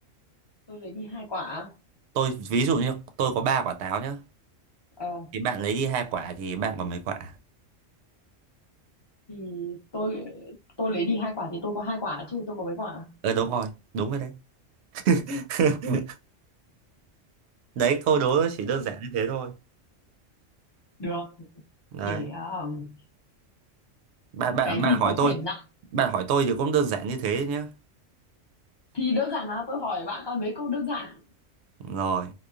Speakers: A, on the left; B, on the right.
A: tôi lấy đi hai quả. à?
B: tôi ví dụ như tôi có ba quả táo nhá
A: Ờ,
B: thì bạn lấy đi hai quả thì bạn còn mấy quả
A: thì tôi tôi lấy đi hai quả thì tôi có hai quả chứ tôi có mấy quả.
B: ờ đúng rồi đúng rồi đấy <laughs> đấy câu đố nó chỉ đơn giản như thế thôi
A: Được,
B: đấy
A: để um,
B: bạn bạn
A: cái
B: bạn
A: gì
B: hỏi
A: có
B: tôi
A: thể nặng.
B: bạn hỏi tôi thì cũng đơn giản như thế nhá
A: Thì đơn giản mà tôi hỏi bạn toàn mấy câu đơn giản.
B: rồi